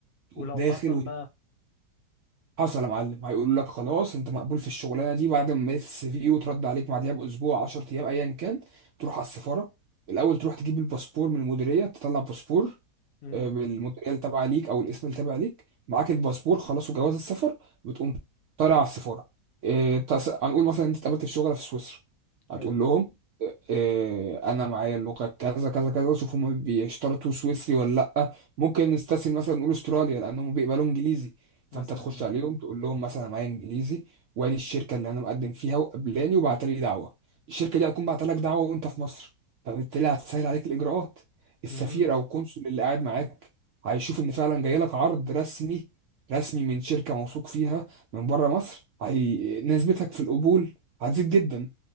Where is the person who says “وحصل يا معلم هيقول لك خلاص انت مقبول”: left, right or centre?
Right